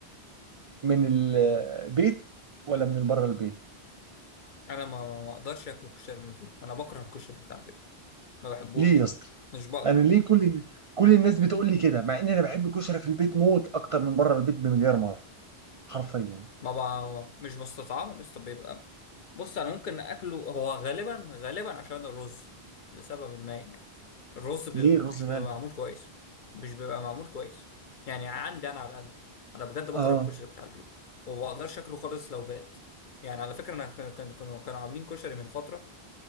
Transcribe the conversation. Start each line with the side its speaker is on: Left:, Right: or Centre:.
Right: من البيت ولا من بره البيت
Left: انا ما ما اقدرش اكل كشري من البيت انا بكره الكشري بتاع البيت ما بحبوش
Right: ليه يا اسطى
Left: مش بقدر
Right: انا ليه كل الن- كل الناس بتقول لي كده مع ان انا بحب الكشري في البيت موت اكتر من بره البيت بمليار مره حرفيا
Left: ما بقى مش بستطعمه يا اسطى بيبقى بص انا ممكن اكله هو غالبا غالبا عشان الرز لسبب ما يعني الرز بيبقى
Right: ليه الرز
Left: مش
Right: مالح
Left: بيبقى معمول كويس مش بيبقى معمول كويس يعني عندي انا على الاقل انا بجد
Right: اه
Left: بكره الكشري بتاع البيت وما بقدرش اكله خالص لو بات يعني على فكره انا كان كان- كانوا كانوا عاملين كشري من فتره